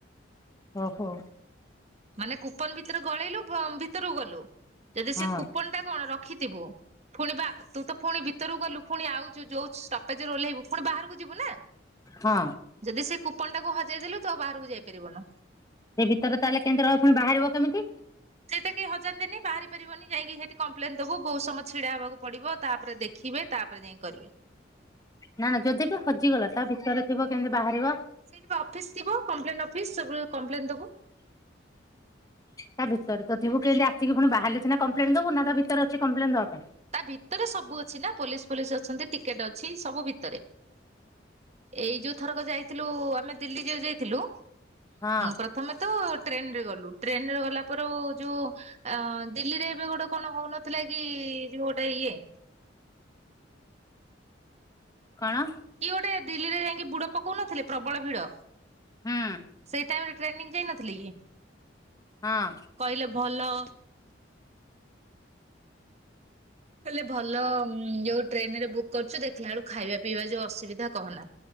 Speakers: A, on the left; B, on the right.
A: ଓହୋ।
B: ମାନେ କୁପନ ଭିତରେ ଗଳେଇଲୁ ଭିତରକୁ ଗଲୁ ଯଦି
A: ହଁ
B: ସେ କୁପନ ଟା କଣ ରଖିଥିବୁ। ପୁଣି ବା ତୁ ତ ପୁଣି ଭିତରକୁ ଗଲୁ ପୁଣି ଆଉଛୁ ଯୋଉୁଷ୍ଟପେଜ ଓହ୍ଲେଇବୁ ପୁଣି ବାହାରକୁ ଯିବୁ ନା
A: ହଁ।
B: ଯଦି ସେ କୁପନ ଟାକୁ ହଜେଇ ଦେଲୁ ତ ବାହାରକୁ ଯାଇପାରିବନୁ।
A: ସେ ଭିତରେ ତାହେଲେ କେମିତି ରହିଅ ପୁଣି ବାହାରିବ କେମିତି?
B: ସେଇଟା କିହି ହଜାନ୍ତିନି ବାହାରି ପାରିବନି ଯାଇକି ସେଇଠି କମ୍ପ୍ଲେନ ଦବୁ ବହୁତ ସମୟ ଛିଡା ହବାକୁ ପଡିବ ତାପରେ ଦେଖି ଖିବେ ତାପରେ ଯାଇ କରିବେ।
A: ନା ନା ଯଦି ବି ହଜିଗଲା ତା ଭିତରେ ଥିବ କେମିତି ବାହାରିବ?
B: ସେଇଠି ଅଫିସ ଥିବ କମ୍ପ୍ଲେନ ଅଫିସ ସବୁ କମ୍ପ୍ଲେନ ଦବୁ।
A: ତା ଭିତରେ ତ ଥିବୁ କେମିତି ଆସିକିଣି ବାହାରେଛି ନା କମ୍ପ୍ଲେନ ଦବୁ ନା ତା ଭିତରେ ଅଛି କମ୍ପ୍ଲେନ ଦବା ପାଇଁ?
B: ତା ଭିତରେ ସବୁ ଅଛି ନା ପୋଲିସ ଫୋଲିସ ଅଛନ୍ତି ଟିକେଟ ଅଛି ସବୁ ଭିତରେ ଏଇ ଯୋଉ ଥରକ ଯାଇଥିଲୁ ଆମେ ଦିଲ୍ଲୀ ଯୋଉ ଯାଇଥିଲୁ ଉଁ
A: ହଁ
B: ପ୍ରଥମେ ତ ଟ୍ରେନରେ ଗଲୁ ଟ୍ରେନରେ ଗଲା ପରେ ଯୋଉ ଅ ଦିଲ୍ଲୀରେ ଏବେ ଗୋଟେ କଣ ହଉନଥିଲା କି ଯୋଉ ଗୋଟେ ଇଏ
A: କଣ?
B: କିଏ ଗୋଟେ ଦିଲ୍ଲୀରେ ଯାଇକି ବୁଡ ପକଉ ନଥିଲେ ପ୍ରବଳ ଭିଡ,
A: ହୁଁ
B: ସେଇ ଟାଇ ଟ୍ରେନିଂ ଯାଇନଥିଲି କି?
A: ହଁ।
B: କହିଲେ ଭଲ ହେଲେ ଭଲ ଯୋଉ ଟ୍ରେନରେ ବୁକ୍ କରୁଛୁ ଦେଖିଲା ବେଳୁ ଖାଇବା ପିଇବା ଯୋଉ ଅସୁବିଧା କହନା।